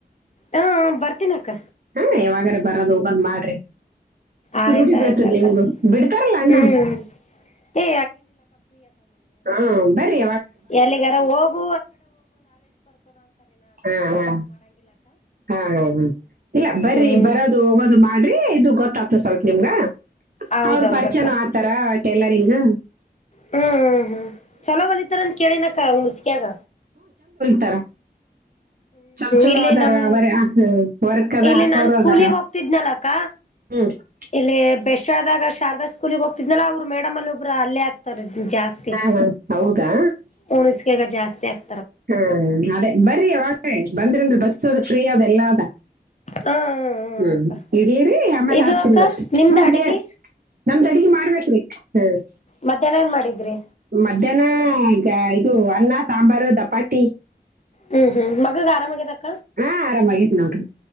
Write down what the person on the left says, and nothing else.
ಹಾ ಬರ್ತೀನ ಅಕ್ಕ
ಆಯ್ತಾಯ್ತ
ಅಕ್ಕ
ಹ್ಮ್ ಏ
ಎಲ್ಲಿ <inaudible>
ಹ್ಮ್
ಹೌದೌದಕ್ಕ
ಹ್ಮ್ ಹ್ಮ್ ಚಲೋ ವಲಿತರನ್ ಕೇಳಿನಕ್ಕ ಹುಣಸ್ಕಾಗ
ಇಲ್ಲಿ
ನಮ್
ಇಲ್ಲಿ
ನಾನ್ ಸ್ಕೂಲಿಗೆ
ಹೋಗ್ತಿದ್ನಲಕ್ಕ
ಇಲ್ಲಿ ಬೆಸ್ಟ್ ಆಳ್ದಾಗ ಶಾರದಾ ಸ್ಕೂಲ್ಗ್ ಹೋಗ್ತಿದ್ನಲ್ಲ ಅವ್ರ ಮೇಡ್ ಅಲ್ಲಿ ಒಬ್ರು ಅಲ್ಲೇ ಆಗ್ತಾರರ ಜಾಸ್ತಿ
ಉಣಿಸಕಗ ಜಾಸ್ತಿ ಆಗ್
ಹ
ಅಕ್ಕ
ಇದು
ಅಕ್ಕ
ನಿಮ್ದ
ಅಡಿಗೆ
ಮಧ್ಯಾಹ್ನ ಏನ್ ಮಾಡಿದ್ರಿ
ಹ್ಮ್ ಹ್ಮ್ ಮಗ ಗಾರಾಮಗೆ ತ